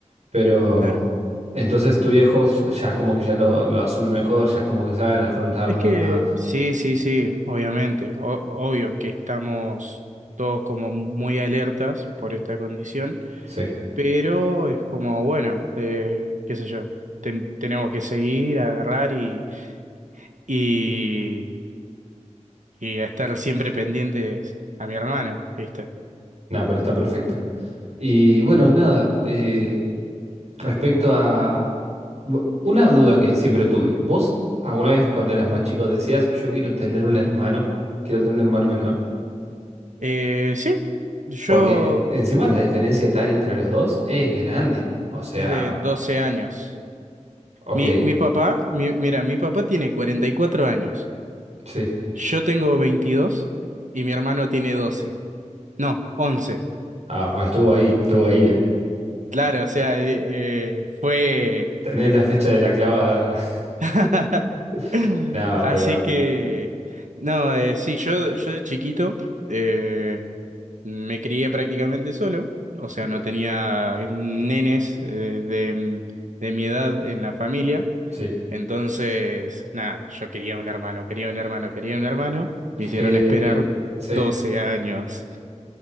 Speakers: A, on the right; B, on the right.
A: Pero
B: Claro.
A: entonces tu viejo ya es como que ya lo, lo asumen mejor, ya es como que saben afrontarlo
B: Es
A: un
B: que
A: toque más.
B: sí, sí, sí, obviamente. O- obvio que estamos todos como muy alertas por esta condición,
A: Sí,
B: pero es como, bueno, eh, qué sé yo, ten- tenemos que seguir, agarrar y, y, y a estar siempre pendientes a mi hermana, ¿viste?
A: nada, pero está perfecto. Y bueno, nada, eh, respecto a... bu- Una duda que siempre tuve. ¿Vos alguna vez cuando eras más chico decías, yo quiero tener un hermano? Quiero tener un hermano menor.
B: Eh, sí, yo
A: Porque eh, encima la diferencia tal entre los dos es grande. O sea,
B: es de 12 años.
A: ok,
B: Mi, mi papá, mi- mira, mi papá tiene 44 años,
A: sí.
B: yo tengo 22 y mi hermano tiene doce No, once
A: Ah, estuvo ahí, estuvo ahí, eh.
B: Claro, o sea, eh, eh, fue...
A: Tenés la fecha de la clavada.
B: <laughs>
A: <laughs> Nada,
B: Así
A: pero
B: que, no, eh, sí, yo, yo de chiquito eh, me crié prácticamente solo, o sea,
A: eh,
B: no tenía nenes eh, de, de mi edad en la familia.
A: sí.
B: Entonces, nada, yo quería un hermano, quería un hermano, quería un hermano. Me
A: G
B: hicieron
A: de-
B: esperar
A: el- sí.
B: 12 años.